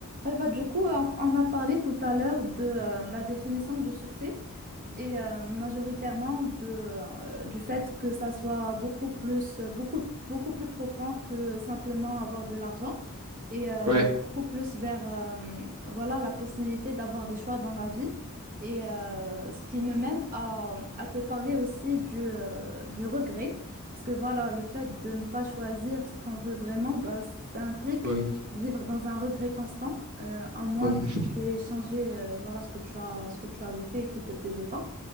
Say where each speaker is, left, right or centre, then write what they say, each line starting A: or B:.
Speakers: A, on the right (about 40°); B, on the right (about 80°).
A: Ouais, bah, du coup, on, on a parlé tout à l'heure de euh, la définition du succès et euh, majoritairement de, euh, du fait que ça soit beaucoup plus, beaucoup, beaucoup plus profond que simplement avoir de l'argent et euh,
B: Ouais,
A: beaucoup plus vers euh, voilà, la possibilité d'avoir des choix dans la vie. Et euh, ce qui me mène à, à te parler aussi du, euh, du regret. Parce que voilà, le fait de ne pas choisir ce qu'on veut vraiment, bah, ça implique
B: ouais,
A: vivre dans un regret constant, euh, à moins
B: ouais.
A: que tu aies changé euh, voilà, ce que tu as, ce que tu avais fait et qui ne te plaisait pas.